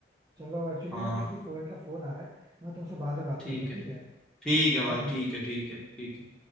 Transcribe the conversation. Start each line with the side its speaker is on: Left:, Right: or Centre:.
Right: चलो एक्चुअली
Centre: हाँ
Right: ना किसी फ्रेंड का फोन आ रहा है तो मैं तुमसे बाद में बात
Centre: ठीक
Right: करता हूँ
Centre: है
Right: ठीक है
Centre: ठीक
Right: Okay
Centre: है भाई
Right: bye
Centre: ठीक है ठीक है ठीक है